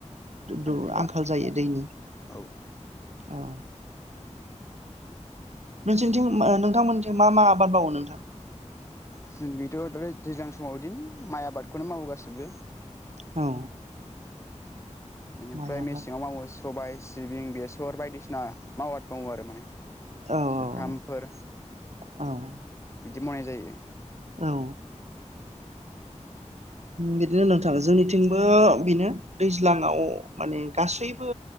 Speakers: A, on the right (about 65°); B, on the left (about 25°).
A: दु-दु
B: मोनफैला
A: आंखाल जायो दैनि।
B: औ
A: औ नोंसोरनिथिं नोंथांमोनथि मा मा आबाद मावो नोंथां?
B: जों बेथ' द दैज्लां समाव बिदिनो माइ आबादखौनो मावो गासैबो
A: औ
B: बेनिफ्राय
A: माइ आबाद
B: मेसेङाव मावो सबाया सिबिं बेसर बायदिसिना माव आद मावो आरो माने
A: औ औ
B: जुखामफोर
A: औ औ
B: बिदि मावनाय जायो
A: औ बिदिनो नोंथाङा जोंनिथिंबो बेनो दैज्लाङाव माने गासैबो